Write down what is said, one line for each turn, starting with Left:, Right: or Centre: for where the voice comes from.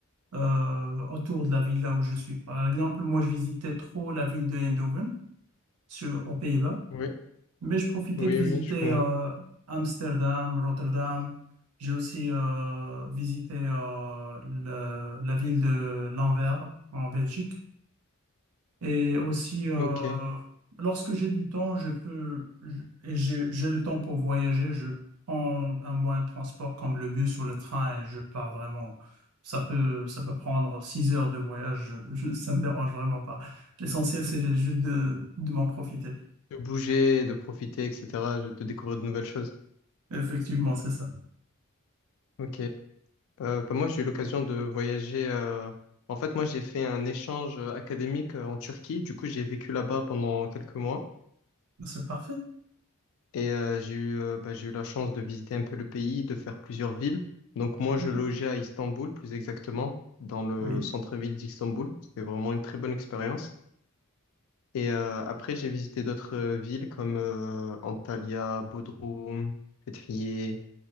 Right: euh, autour de la ville là où je suis. Par exemple, moi, je visitais trop la ville de Eindhoven sur, aux Pays-Bas.
Left: Oui.
Right: Mais je profitais
Left: Oui,
Right: de visiter
Left: oui, je connais.
Right: euh, Amsterdam, Rotterdam. J'ai aussi euh, visité euh, le- la ville de Lanvers en Belgique. Et aussi, euh,
Left: Ok.
Right: lorsque j'ai du temps, je peux, je- et j'ai j'ai le temps pour voyager, je prends un moyen de transport comme le bus ou le train et je pars vraiment. Ça peut, ça peut prendre six heures de voyage, je, ne ça me dérange vraiment pas. L'essentiel, c'est juste de, de m'en profiter.
Left: de bouger, de profiter, etc., de découvrir de nouvelles choses.
Right: Effectivement, c'est ça.
Left: Ok. Euh, bah, moi, j'ai eu l'occasion de voyager. euh, En fait, moi, j'ai fait un échange euh, académique euh, en Turquie. Du coup, j'ai vécu là-bas pendant quelques mois
Right: Ah, C'est parfait.
Left: et euh, j'ai eu, euh, bah, j'ai eu la chance de visiter un peu le pays, de faire plusieurs villes. Donc, moi,
Right: Oui,
Left: je logeais à Istanbul, plus exactement, dans le
Right: oui.
Left: centre-ville d'Istanbul. C'était vraiment une très bonne expérience. Et euh, après, j'ai visité d'autres euh, villes comme euh, Antalya, Bodrum, Fethiye.